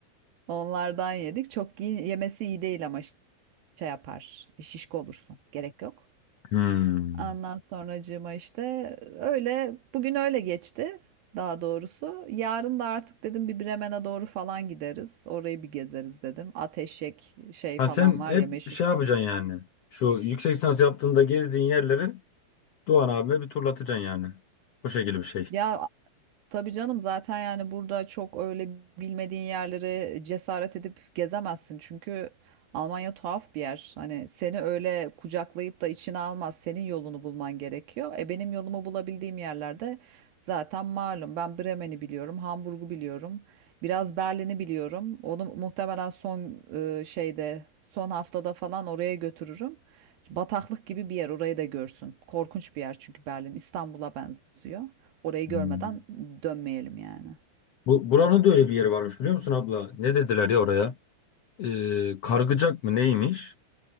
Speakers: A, on the right; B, on the left.
A: Onlardan yedik. Çok iyi, yemesi iyi değil ama ş- şey yapar. Şişko olursun. Gerek yok.
B: Hmm.
A: Ondan sonracığıma işte öyle bugün öyle geçti daha doğrusu. Yarın da artık dedim bir Bremen'e doğru falan gideriz. Orayı bir gezeriz dedim. Ateşek şey
B: Ha
A: falan
B: sen
A: var
B: hep
A: ya meşhur.
B: şey yapacaksın yani. Şu yüksek lisans yaptığında gezdiğin yerleri Doğan abime bir turlatacaksın yani. O şekilde bir şey.
A: Ya Tabii canım zaten yani burada çok öyle bilmediğin yerleri cesaret edip gezemezsin. Çünkü Almanya tuhaf bir yer. Hani seni öyle kucaklayıp da içine almaz. Senin yolunu bulman gerekiyor. E benim yolumu bulabildiğim yerlerde zaten malum. Ben Bremen'i biliyorum, Hamburg'u biliyorum. Biraz Berlin'i biliyorum. Onu muhtemelen son e, şeyde, son haftada falan oraya götürürüm. Bataklık gibi bir yer, orayı da görsün. Korkunç bir yer çünkü Berlin İstanbul'a benziyor. Orayı
B: Hmm.
A: görmeden dönmeyelim yani.
B: Bu buranın da öyle bir yeri varmış biliyor musun abla? Ne dediler ya oraya? Ee, Kargıcak mı neymiş?